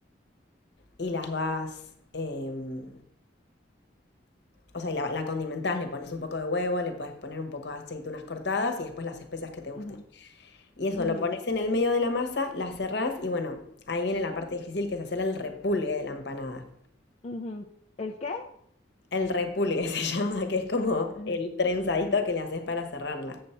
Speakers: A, on the left; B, on the left.
A: y las vas... em, o sea, y la, la condimentás, le pones un poco de huevo, le puedes poner un poco de aceitunas cortadas y después las especias que te gusten.
B: ujú,
A: Y eso,
B: ujú,
A: lo pones en el medio de la masa, la cerrás y bueno, ahí viene la parte difícil que es hacer el repulgue de la empanada.
B: ujú, ujú. ¿El qué?
A: El repulgue <laughs> se llama, que es como
B: Ujú.
A: el trenzadito que le haces para cerrarla.